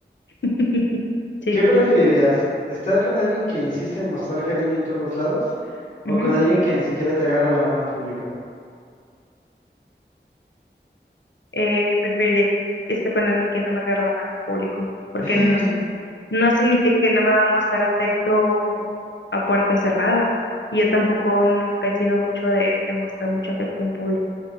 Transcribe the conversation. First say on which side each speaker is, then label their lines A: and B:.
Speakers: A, on the left; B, on the left.
A: <laughs> Sí,
B: ¿Qué
A: sí,
B: preferirías?
A: sí.
B: ¿Estar con alguien que insiste en mostrar cariño en todos lados o
A: ujú.
B: con alguien que ni siquiera te agarra la mano en público?
A: Eh, preferiría que esté con alguien que no me agarre la mano en público, porque
B: <gasps>
A: no, signi- no significa que no me va a mostrar afecto a puerta cerrada. Y yo tampoco nunca he sido mucho de, de mostrar mucho afecto en público.